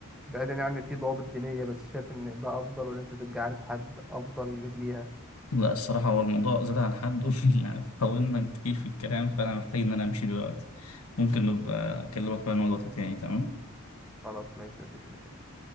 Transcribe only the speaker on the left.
لا الصراحة هو الموضوع زاد عن حد <laughs> يعني طولنا كتير في الكلام فأنا محتاج إن أنا أمشي دلوقتي ممكن نبقى أكلمك بقى عن موضوع تاني تمام